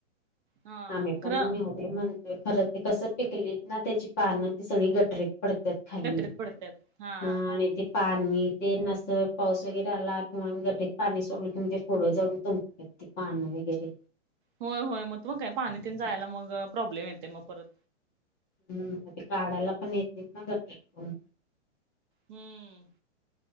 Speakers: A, on the right; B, on the left.
A: हा
B: आम्ही पण
A: खरं
B: म निऊ. ते म्हणतय खरं ते कसं पिकलीत ना, त्याची पानं ती सगळी गटरीत पडत्यात. खाली
A: गटरीत पडत्यात हा
B: अ आणि ते पाणी ते अस पाऊस वगैरे आलाकी मग ग ते पाणी सोडलं कि, म ते फोडं जाऊन त ते पाणी वगैरे.
A: होय होय, मग त मग काय पाणी ते जायला मग प्रॉब्लेम येते मग परत.
B: हम्म, ते काढायला पण येत नाहीत ना गटारीतून.
A: हम्म!